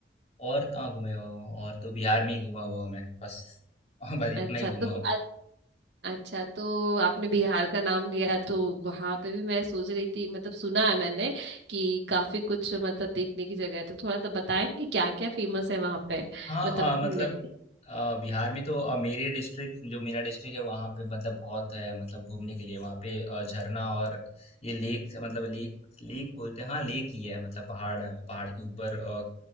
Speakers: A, on the left; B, on the right.
A: और कहाँ घूमे हुआ हूँ और तो बिहार में ही घूमा हुआ हूँ मैं बस <laughs> बस
B: अच्छा
A: इतना ही घूमा
B: तो
A: हूँ
B: अ- अच्छा तो आपने बिहार का नाम लिया तो वहां पे भी मैं सोच रही थी मतलब सुना है मैंने कि काफी कुछ मतलब देखने की जगह है तो थोड़ा सा बताएंगे क्या क्या फेमस है वहां पे
A: हाँ
B: मतलब घूमने
A: अ, मतलब
B: में
A: अ, बिहार में तो अ, मेरे डिस्ट्रिक्ट जो मेरा डिस्ट्रिक्ट है वहाँ पे मतलब बहुत है मतलब घूमने के लिए वहाँ पे अ, झरना और ये लेक मतलब लेक लेक बोलते हैं हाँ लेक ही है मतलब पहाड़ है, पहाड़ के ऊपर अ,